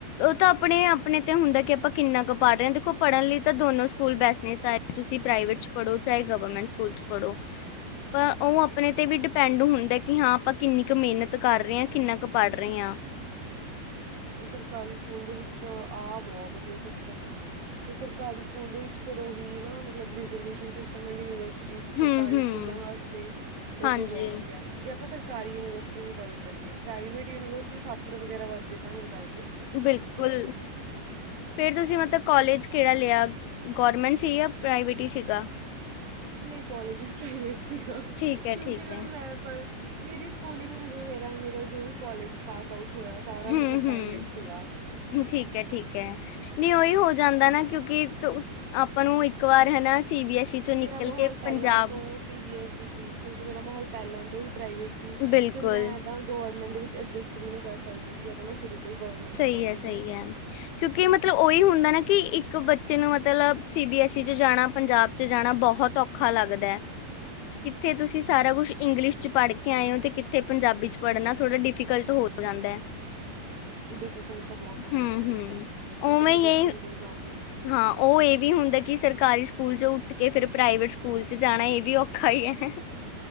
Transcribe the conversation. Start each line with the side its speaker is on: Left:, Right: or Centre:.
Left: ਉਹ ਤਾਂ ਆਪਣੇ-ਆਪਣੇ ਤੇ, ਹੁੰਦਾ ਕਿ ਆਪਾਂ ਕਿੰਨਾ ਕੁ ਪੜ੍ਹ ਰਹੇ ਹਾਂ ਦੇਖੋ, ਪੜ੍ਹਨ ਲਈ ਤਾਂ ਦੋਨੋ ਸਕੂਲ ਬੈਸ ਨੇ ਚਾਹੇ ਤੁਸੀਂ ਪ੍ਰਾਈਵੇਟ ਚ ਪੜੋ ਚਾਹੇ ਗਵਰਮੈਂਟ ਸਕੂਲ ਚ ਪੜ੍ਹੋ ਪਰ ਉਹ ਆਪਣੇ ਤੇ ਵੀ ਡਿਪੈਂਡ ਹੁੰਦਾ ਕਿ ਹਾਂ ਆਪਾਂ ਕਿੰਨੀ ਕੁ ਮਿਹਨਤ ਕਰ ਰਹੇ ਹਾਂ। ਕਿੰਨਾ ਕੁ ਪੜ੍ਹ ਰਹੇ ਹਾਂ।
Right: ਸਰਕਾਰੀ ਸਕੂਲ ਦੇ ਵਿੱਚ ਆਹ ਬਹੁਤ ਵਧੀਆ ਸਿਸਟਮ ਹੈ, ਤੇ ਸਰਕਾਰੀ ਸਕੂਲ ਦੇ ਵਿੱਚ ਫੇਰ ਉਹੀ ਨਾ ਮਤਲਬ ਰਿਜਰਵੇਸ਼ਨ ਸਿਸਟਮ ਯੂਨੀਵਰਸਿਟੀ, ਸਰਕਾਰੀ
Left: ਹੂੰ ਹੂੰ
Right: ਸਕੂਲਾਂ ਵਾਸਤੇ
Left: ਹਾਂਜੀ
Right: ਉਹ ਵੀ ਬਹੁਤ ਵਧੀਆ ਜੇ ਆਪਾਂ ਸਰ ਸਰਕਾਰੀ ਯੂਨੀਵਰਸਿਟੀ ਦੀ ਗੱਲ ਕਰੀਏ ਪ੍ਰਾਈਵੇਟ ਯੂਨੀਵਰਸਿਟੀ ਥੇਪਰ ਵਗੈਰਾ ਵਰਗੇ। ਪਤਾਂ ਨੀ ਕਰਦਾ,
Left: ਬਿਲਕੁਲ ਫੇਰ ਤੁਸੀਂ ਮਤਲਬ ਕਾਲਜ ਕਿਹੜਾ ਲਿਆ। ਗੌਰਮੈਂਟ ਸੀ ਜਾਂ ਪ੍ਰਾਈਵੇਟ ਹੀ ਸੀਗਾ।
Right: ਨਹੀਂ ਕਾਲਜ ਵੀ ਯੁਨੀ ਗਾ
Left: ਠੀਕ ਹੈ
Right: ਕਿਉਂਕਿ
Left: ਠੀਕ
Right: ਜਦੋਂ
Left: ਹੈ
Right: ਮੈਂ ਪ ਮੇਰੀ ਸਕੂਲਿੰਗ ਵਗੈਰਾ ਮੇਰਾ ਜੋ ਵੀ ਕਾਲਜ ਪਾਸ ਆਊਟ ਹੋਇਆ ਸਾਰਾ
Left: ਹੂੰ-ਹੂੰ,
Right: ਮਤਲਬ ਪ੍ਰਾਈਵੇਟ ਸੀਗਾ
Left: ਠੀਕ ਹੈ ਠੀਕ ਹੈ ਨੀ ਉਹੀ ਹੋ, ਜਾਂਦਾ ਨਾ ਕਿਉਂਕਿ ਆਪਾਂ ਨੂੰ ਇੱਕ ਵਾਰ ਹਨਾ। ਸੀ ਬੀ ਐਸ ਈ ਚੋਂ ਨਿਕਲ
Right: ਮੇਰਾ ਮਾਹੌਲ
Left: ਕੇ
Right: ਪਹਿਲਾਂ
Left: ਪੰਜਾਬ
Right: ਤੋਂ ਸੀ ਬੀ ਐਸ, ਸੀ ਕਿਉਂਕਿ ਮੇਰਾ ਮਾਹੌਲ ਪਹਿਲਾਂ ਤੋਂ ਹੀ, ਪ੍ਰਾਈਵੇਟ ਸੀ
Left: ਬਿਲਕੁਲ
Right: ਫੇਰ ਮੈਂ ਇਦਾਂ ਗ ਮ ਦੇ ਵਿੱਚ ਐਡਜਸਟ ਵੀ ਨਹੀਂ ਕਰ ਸਕਦੀ ਸੀਗਾ ਤਾਂ ਮੈਂ ਸ਼ੁਰੂ, ਤੋਂ ਹੀ ਗਵਰਮੈਂਟ
Left: ਸਹੀ
Right: ਚ ਪੜ੍ਹਦੀ
Left: ਹੈ ਸਹੀ
Right: ਹਨਾ।
Left: ਹੈ ਕਿਉਂਕਿ ਮਤਲਬ ਉਹੀ ਹੁੰਦਾ ਨਾ ਕਿ ਇੱਕ, ਨੂੰ ਮਤਲਬ, ਸੀ ਬੀ ਐੱਸ ਈ ਚ ਜਾਣਾ ਪੰਜਾਬ, ਚ ਜਾਣਾ ਬਹੁਤ ਔਖਾ ਲੱਗਦਾ ਹੈ, ਕਿੱਥੇ ਤੁਸੀਂ ਸਾਰਾ ਕੁਛ ਇੰਗਲਿਸ਼ ਚ ਪੜ੍ਹ ਕੇ ਆਏ ਹੋ ਤੇ ਕਿੱਥੇ ਪੰਜਾਬੀ ਚ ਪੜ੍ਹਨਾ ਥੋੜ੍ਹਾ ਡਿਫੀਕਲਟ ਹੋ ਜਾਂਦਾ ਹੈ।
Right: ਡਿਫੀਕਲਟ ਤਾਂ ਬਹੁਤ ਹੈ ਯਾਰ
Left: ਹਮ
Right: ਫਿਰ
Left: ਹਮ
Right: ਉਦਾਂ ਜਾਂ
Left: ਉਵੇਂ
Right: ਤਾਂ ਫਿਰ ਬਚਪਨ
Left: ਇਹ,
Right: ਤੋਂ ਹੀ ਪੜ੍ਹਦੇ, ਹੂੰ।
Left: ਹਾਂ ਉਹ ਇਹ ਵੀ ਹੁੰਦਾ ਕਿ ਸਰਕਾਰੀ ਸਕੂਲ ਚ, ਉ ਕੇ ਫਿਰ ਪ੍ਰਾਈਵੇਟ ਸਕੂਲ ਚ ਜਾਣਾ ਇਹ ਵੀ ਔਖਾ ਹੀ ਹੈ।